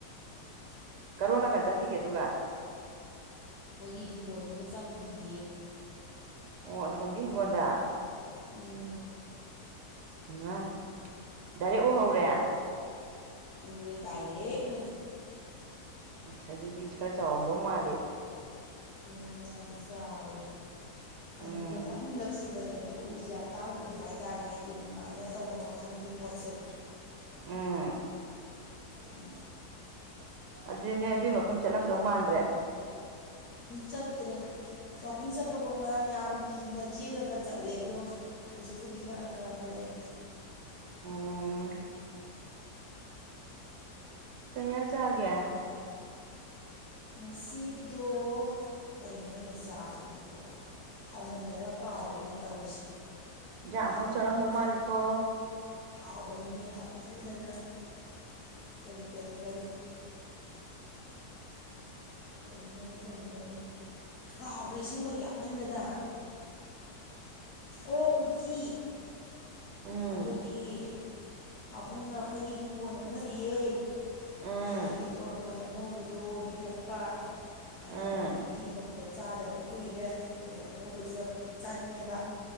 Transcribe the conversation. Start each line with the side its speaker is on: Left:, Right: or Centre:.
Right: ꯀꯔꯣꯟ ꯅꯥꯀꯟ ꯆꯠꯈꯤꯒꯦ ꯑꯗꯨꯒ
Left: ꯃꯣꯏꯒꯤ ꯍꯤꯡꯒꯣꯜꯗꯨꯗ ꯆꯪꯈꯤꯌꯦ
Right: ꯑꯣ ꯁꯣꯝꯒꯤ ꯍꯤꯡꯒꯣꯟꯗ
Left: ꯎꯝ
Right: ꯏꯃꯥ ꯗꯥꯏꯔꯦꯛ ꯎꯍꯧꯔꯦ
Left: ꯎꯔꯦ ꯗꯥꯏꯔꯦꯛꯅꯦ
Right: ꯑꯦꯁ ꯑꯗꯨꯗꯤ ꯈꯔ ꯆꯥꯎꯔꯝꯗꯧ ꯃꯥꯜꯂꯦ
Left: ꯎ ꯌꯥꯝ ꯆꯥꯎꯋꯦ ꯑꯅꯤꯔꯛ
Right: ꯎꯝ
Left: ꯑꯍꯨꯝꯂꯛ ꯁꯨꯕꯅꯦ ꯑꯗꯨꯒ ꯎꯏꯁꯦ ꯌꯥꯝ ꯇꯥꯡꯅ ꯎꯕ ꯍꯥꯏꯇꯥꯔꯦ ꯍꯥꯏꯗꯤ ꯑꯗꯨꯃꯥꯏꯅ ꯇꯧꯕ ꯃꯈꯜꯒꯤ ꯄꯣꯠꯁꯦ
Right: ꯎꯝ
Left: ꯎꯝ
Right: ꯑꯗꯨ ꯅ ꯑꯗꯨꯏ ꯃꯐꯝ ꯆꯠꯂꯝꯗꯧ ꯃꯥꯟꯗ꯭ꯔꯦ
Left: ꯆꯠꯇ꯭ꯔꯦ ꯋꯥꯛꯀꯤꯡ ꯆꯠꯄꯐꯧ ꯉꯔꯥꯡ ꯌꯥꯝ ꯀꯤꯅ ꯆꯦꯜꯂꯒ ꯆꯠꯂꯦ ꯑꯗꯣ ꯍꯧꯖꯤꯛꯄꯨꯗꯤ ꯈꯔ ꯈꯔ ꯐꯔꯛꯑꯦ
Right: ꯑꯣ ꯀꯩꯖꯥꯡ ꯆꯥꯒꯦ
Left: ꯉꯁꯤꯗꯣ ꯀꯩꯅꯣꯅ ꯆꯥꯕꯗꯨꯕꯣ ꯍꯥꯎꯃꯟꯗꯅ ꯀꯥꯎꯔꯤꯅꯤ ꯇꯧꯔꯤꯁꯦ
Right: ꯏꯟꯖꯡ ꯑꯥꯍꯥꯎ
Left: ꯀꯔꯤ
Right: ꯆꯥꯔꯝꯗꯧ
Left: ꯀꯔꯤ
Right: ꯃꯥꯜꯂꯤꯀꯣ
Left: ꯍꯥꯎꯕꯅꯤꯅꯦ ꯍꯥꯎꯃꯟꯗꯅ ꯀꯔꯤ ꯀꯔꯤ ꯀꯔꯤ ꯀꯔꯤꯅꯣꯅꯦ ꯀꯔꯤꯅꯣꯅꯦ ꯀꯥꯎꯈ꯭ꯔꯦꯁꯦꯡꯕꯒꯤ ꯌꯥꯎꯃꯟꯗꯅ ꯑ ꯑꯣ ꯎꯠꯇꯤ
Right: ꯎꯝ
Left: ꯑꯩꯈꯣꯏꯒꯤ ꯄꯥꯕꯨꯡꯅ ꯑꯩꯈꯣꯏꯒꯤ ꯍꯤꯡꯒꯣꯜ ꯑꯃ ꯂꯩꯌꯦ
Right: ꯎꯝ
Left: ꯑꯗꯨꯗꯒꯤ ꯇꯣꯔꯕꯣꯠ ꯑꯅꯧꯕꯗꯨ ꯍꯦꯛꯂꯛꯄ ꯑꯗ
Right: ꯎꯝ
Left: ꯑꯩꯅ ꯎꯠꯇꯤ ꯊꯣꯡꯕꯗꯣ ꯆꯥꯗꯕ ꯀꯨꯏꯔꯦ ꯑꯗꯨꯗ ꯑꯅꯧꯕꯗꯣ ꯆꯥꯅꯤꯡꯉꯦꯕ